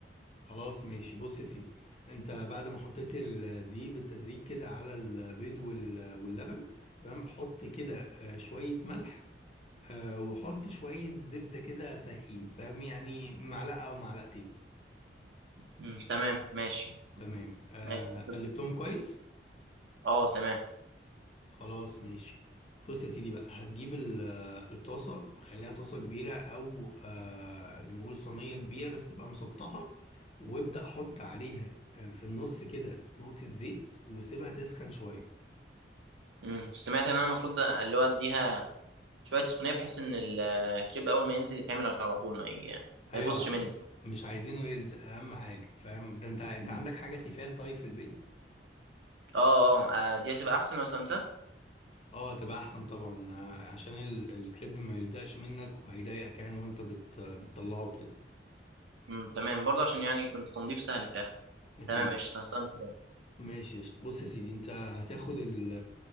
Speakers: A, on the left (about 35°); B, on the right (about 85°).
A: خلاص ماشي بص يا سيدي انت بعد ما حطيت الدقيق بالتدريج كده على البيض وال- واللبن تمام حط كده آه، شوية ملح آه، وحط شوية زبدة كده سايحين فاهم يعني معلقة او معلقتين
B: مم، تمام ماشي
A: تمام آه،
B: ماشي هتظبط.
A: قلبتهم كويس
B: اه تمام
A: خلاص ماشي بص يا سيدي بقى هتجيب ال- آه، الطاسة خليها طاسة كبيرة أو آه نقول صينية كبيرة بس تبقى مسطحة وابدأ حط عليها آه، في النص كده نقطة زيت وسيبها تسخن شوية
B: مم. سمعت ان انا المفروض اللي هو اديها شويه سخونيه بحيث ان ال- الكريب اول ما ينزل يتعمل على طول ما ي...
A: أيوة
B: ما يبصش
A: احنا
B: مني
A: مش عايزينه يلزق أهم حاجة فاهم ده أنت أنت
B: مم.
A: عندك حاجة تيفال طيب في البيت؟
B: اه اه آه، دي هتبقى احسن لو سلمتها
A: اه تبقى أحسن طبعا آه، عشان ال- الكريب ما يلزقش منك وهيضايقك يعني وأنت بت بتطلعه كده
B: مم، تمام برضه عشان يعني يكون التنظيف سهل في الاخر
A: أكيد
B: تمام قشطه هستلم كده.
A: ماشي قشطة. بص يا سيدي انت هتاخد ال-